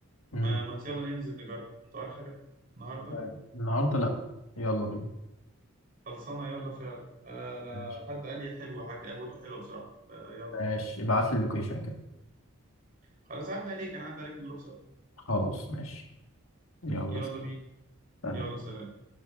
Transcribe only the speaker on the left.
مم.
فاهم. النهارده لا يلا بينا
ماشي
ماشي ابعت لي اللوكيشن كده
خلاص ماشي يلا
سلام